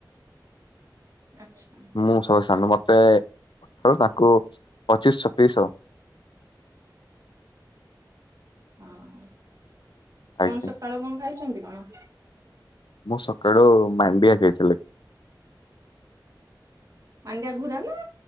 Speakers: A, on the right; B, on the left.
A: ଆଚ୍ଛା।
B: ମୁଁ ସଭା ସାନ ମତେ ଅଠର ତାଙ୍କୁ ପଚିଶି ଶତେଇଶି ଆଉ।
A: ହଁ
B: ଆଜ୍ଞା।
A: କଣ ସକାଳୁ କଣ ଖାଇଛନ୍ତି କଣ?
B: ମୁଁ ସକାଳୁ ମାଣ୍ଡିଆ ଖାଇଥିଲି।
A: ମାଣ୍ଡିଆ ଘୁରା ନା